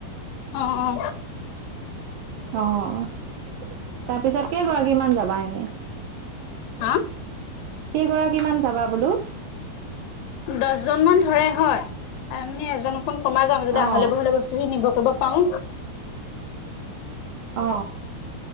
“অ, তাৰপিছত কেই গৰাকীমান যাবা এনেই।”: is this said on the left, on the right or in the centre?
Right